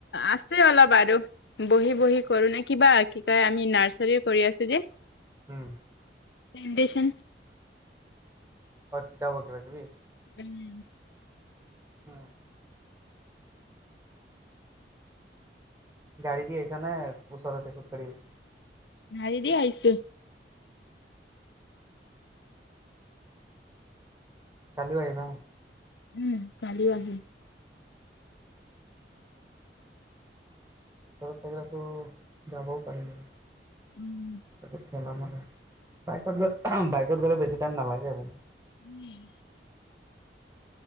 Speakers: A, on the left; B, on the right.
A: আছে অলপ আৰু বহি বহি কৰো ন কিবা কি কয় আমি নাৰ্চাৰী কৰি আছো যে
B: হুম
A: ন্দেচন
B: অ শিকাব কিবা কিবি
A: উম
B: অ গাড়ী দি আহিছা নে ওচৰতে খোজ কঢ়ি আহিছে
A: গাড়ী দিয়ে আহিছো
B: কালিও আহিবা
A: উম কালিও আহিম
B: ওচৰত থাকিলেতো যাবও পাৰিলো
A: উম,
B: হয় খেলা মতে বাইকত গ বাইকত গ'লে বেছি টাইম নালাগে আৰু
A: উম